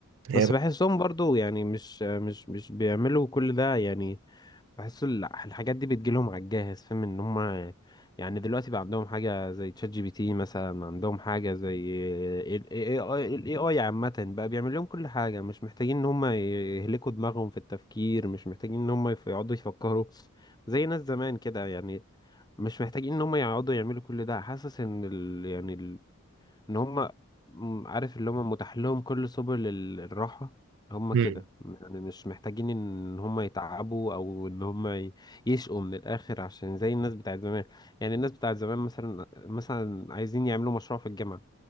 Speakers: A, on the right; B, on the left.
A: هي
B: بس
A: بقى-
B: بحسهم برضو يعني مش مش مش بيعملوا كل ده يعني بحس ال- الحاجات دي بتجيلهم على الجاهز فاهم ان هم يعني دلوقتي بقى عندهم حاجة زي تشات جي بي تي مثلا عندهم حاجة زي ال AI ال AI عامة بقى بيعمل لهم كل حاجة مش محتاجين ان هم يهلكوا دماغهم في التفكير مش محتاجين ان هم يف- يقعدوا يفكروا زي ناس زمان كده يعني مش محتاجين ان هم يقعدوا يعملوا كل ده حاسس ان ال يعني ان هم م- عارف اللي هم متاح لهم كل سبل ال- الراحة هم
A: مم.
B: كده يعني مش محتاجين ان هم يتعبوا او ان هم ي- يشقوا من الاخر عشان زي الناس بتاعت زمان يعني الناس بتاعت زمان مثلا مثلا عايزين يعملوا مشروع في الجامعة